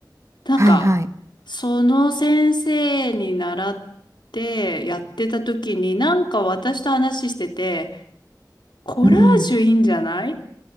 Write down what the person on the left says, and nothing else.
なんか、
その先生に習ってやってた時に、なんか私と話してて、コラージュいいんじゃない